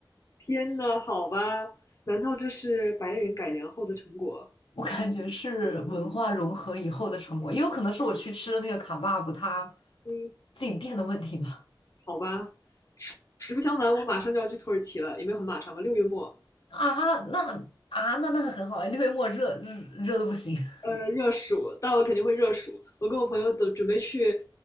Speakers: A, on the left; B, on the left.
A: 天呐，好吧，难道这是白人改良后的成果？
B: 我感觉是文化融合以后的成果，也有可能是我去吃的那个卡巴布他
A: 嗯，
B: 自己店的问题吧。
A: 好吧，实不相瞒，我马上就要去土耳其了，也没有很马上吧，六月末。
B: 啊，那啊，那那个很好哎，六月末热热热的不行 <laughs>
A: 呃，热暑到了肯定会热暑，我跟我朋友都准备去